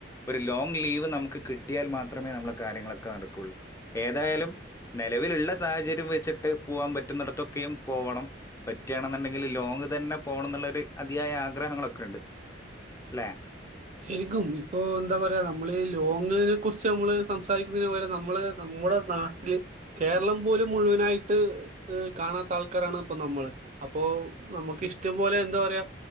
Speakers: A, on the left; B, on the right.
A: ഒരു ലോങ്ങ് ലീവ് നമ്ക്ക് കിട്ടിയാൽ മാത്രമേ നമ്മളെ കാര്യങ്ങളൊക്കെ നടക്കോള്ളൂ ഏതായാലും നെലവിൽ ഇള്ള സാഹചര്യം വെച്ചിട്ട് പോകാൻ പറ്റുന്നിടത്തൊക്കെയും പോവണം പറ്റാണ് ന്ന്ണ്ടെങ്കിൽ ലോങ് തെന്നെ പോണംന്ന്ള്ളൊര് അതിയായ ആഗ്രഹങ്ങളൊക്കെ ഇണ്ട് ലെ
B: ശെരിക്കും ഇപ്പൊ എന്താ പറയാ നമ്മൾ ലോങ്ങ്നെ കുർച്ച് നമ്മൾ സംസാരിക്കുന്നതിന് പകരം നമ്മൾ നമ്മുടെ നാട്ടിൽ കേരളം പോലും മുഴുവനായിട്ട് ഹ് കാണാത്ത ആൾക്കാരാണ് ഇപ്പം നമ്മൾ അപ്പോ നമ്മക്ക് ഇഷ്ടം പോലെ എന്താ പറയാ